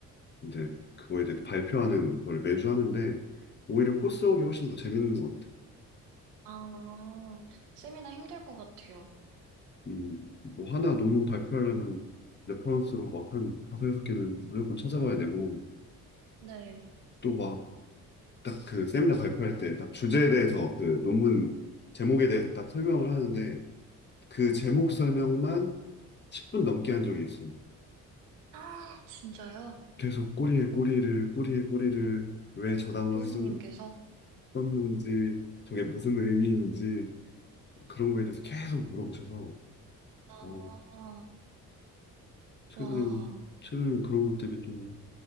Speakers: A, on the left; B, on the right.
A: 이제 그거에 대해서 발표하는 걸 매주 하는데 오히려 코스웍이 훨씬 더 재밌는 것 같아.
B: 아, 세미나 힘들 것 같아요.
A: 음, 뭐 하나 논문 발표하려면 레퍼런스로 막 한 다섯 여섯 개는 무조건 찾아봐야 되고
B: 네.
A: 또 막 딱 그 세미나 발표할 때 딱 주제에 대해서 그 논문 제목에 대해서 딱 설명을 하는데 그 제목 설명만 10분 넘게 한 적이 있어.
B: 아, 진짜요?
A: 계속 꼬리에 꼬리를, 꼬리에 꼬리를 왜 저 단어를
B: 교수님께서?
A: 썼, 는지 저게 무슨 의미인지, 그런 거에 대해서 계속 물어보셔서,
B: 아,
A: 어, 최근에,
B: 와.
A: 최근에 그런 것 때문에 좀,